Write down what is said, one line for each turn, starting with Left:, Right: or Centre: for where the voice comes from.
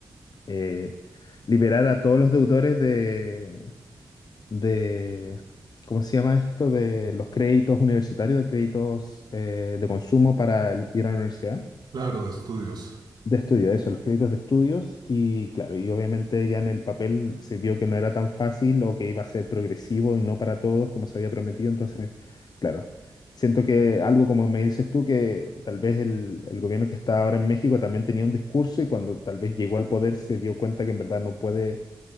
Left: eh, liberar a todos los deudores de, de, ¿cómo se llama esto? De los créditos universitarios, de créditos eh, de consumo para el- ir a la universidad.
Right: claro, de estudios.
Left: De estudio, eso, los créditos de estudios. Y claro, y obviamente ya en el papel se vio que no era tan fácil o que iba a ser progresivo y no para todos como se había prometido. Entonces, claro, siento que algo como me dices tú, que tal vez el, el gobierno que está ahora en México también tenía un discurso y cuando tal vez llegó al poder se dio cuenta que en verdad no puede